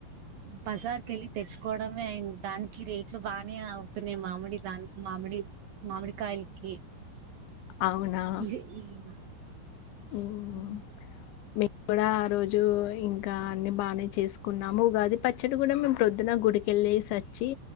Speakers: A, on the right (about 70°); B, on the left (about 75°).
A: బజార్ కెళ్ళి తెచ్చుకోవడమే అయి దానికి రేట్లు బానే అవుతున్నాయి. మామిడి దాని మామిడి మామిడికాయలకి,
B: అవునా
A: ఇహ్ ఈన్
B: మ్మ్
A: మ్
B: మేము కూడా ఆ రోజు ఇంకా అన్ని బాగానే చేసుకున్నాము. ఉగాది పచ్చడి కూడా మేము ప్రొద్దున గుడికెళ్ళేసి వచ్చి